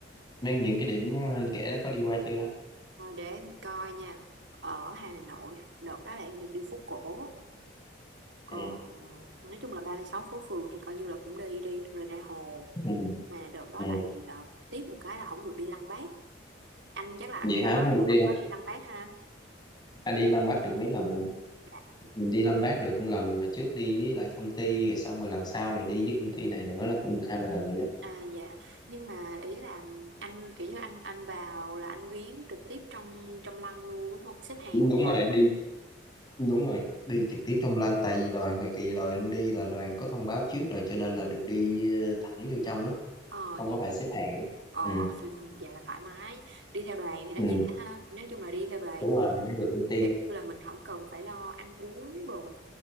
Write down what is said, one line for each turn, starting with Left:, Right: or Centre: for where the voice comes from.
Left: mấy những cái điểm anh kể đó có đi qua chưa
Right: Ờ, để em coi nha ở Hà Nội đợt đó là em được đi phố cổ còn
Left: ừ.
Right: ừ, nói chung là 36 phố phường thì coi như là cũng đi đi rồi ra hồ
Left: Ừ.
Right: mà đợt đó
Left: Ừ.
Right: lại ờ, tiếc một cái là không được đi Lăng Bác anh chắc là anh
Left: vậy hả
Right: có
Left: không được đi
Right: anh
Left: hả
Right: có đi Lăng Bác ha
Left: anh đi Lăng Bác được mấy lần rồi
Right: Dạ.
Left: Ừ, đi Lăng Bác được một lần mà trước đi với lại công ty rồi xong rồi lần sau này đi với công ty này nữa là cũng được hai ba lần vậy đó
Right: à dạ nhưng mà ý là anh kiểu như anh anh vào là anh viếng trực tiếp trong trong lăng luôn đúng không xếp hàng
Left: Ừ, đúng
Right: dài
Left: rồi đi
Right: không?
Left: Đúng rồi, đi trực tiếp trong lăng tại vì đoàn thời kỳ đoàn anh đi là đoàn có thông báo trước rồi cho nên là được đi ờ, thẳng vô trong á,
Right: ờ
Left: không có
Right: dạ
Left: phải xếp hàng á.
Right: ờ
Left: Ừ.
Right: <laughs> vậy là thoải mái đi theo đoàn thì nó
Left: Ừ,
Right: dễ ha nói chung là đi theo đoàn
Left: đúng rồi,
Right: thì
Left: nó được ưu tiên.
Right: kiểu như là mình không cần phải lo ăn uống đồ